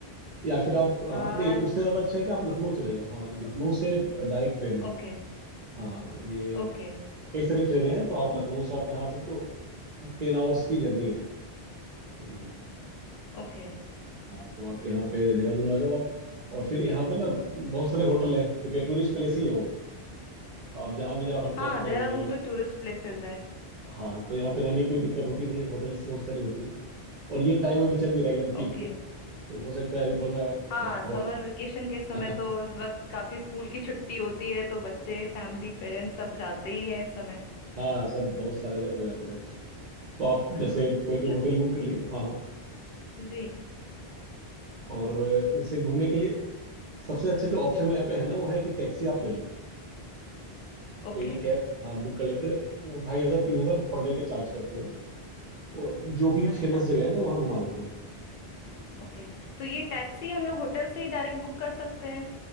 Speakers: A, on the right; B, on the left.
A: या फिर आप
B: आ
A: हाँ, नहीं उससे ज़्यादा अच्छा है कि आप लखनऊ चले जाओ हाँ लखनऊ से डायरेक्ट ट्रेन है
B: ओके
A: हाँ ये
B: ओके
A: कई सारी ट्रेनें हैं तो आप लखनऊ से आप यहाँ आ सकते हो टेन आवर्स की जर्नी है तकरीबन
B: ओके
A: हाँ तो आप यहाँ पे देहरादून आ जाओ आप और फिर यहाँ पे ना बहुत सारे होटल हैं क्योंकि टूरिस्ट प्लेस ही है वो तो आप जहाँ भी जाओ हर तरफ
B: हाँ
A: होटल
B: देहरादून
A: मिलेंगे
B: तो टूरिस्ट प्लेसेस है
A: हाँ तो यहाँ पे रहने की कोई दिक्कत होती नहीं होटल्स बहुत सारी होती है और ये टाइम अभी चल भी रहा है एकदम पीक
B: ओके
A: पे तो हो सकता है अभी थोड़ा
B: हाँ
A: सा कॉस्ट
B: समर वेकेशन के समय
A: <laughs>
B: तो इस वक्त काफी स्कूल की छुट्टी होती है तो बच्चे फैमिली पेरेंट्स सब जाते ही हैं इस समय
A: हाँ सब बहुत सारे जगह हो जाते रहते हैं तो आप
B: हाँ
A: जैसे कोई भी
B: न-
A: होटल बुक कर लिए हाँ हाँ
B: जी
A: और अ, जैसे घूमने के लिए सबसे अच्छे जो ऑप्शन है यहाँ पे है ना वो है कि टैक्सी आप ले लो
B: ओके
A: कोई भी कैब हाँ बुक कर लेते हैं वो ढाई हजार तीन हजार पर डे के चार्ज करते हो और जो भी
B: अच्छा
A: फेमस जगह है ना वहाँ घुमा लेते हो
B: ओके तो ये टैक्सी हम लोग होटल से ही डायरेक्ट बुक कर सकते हैं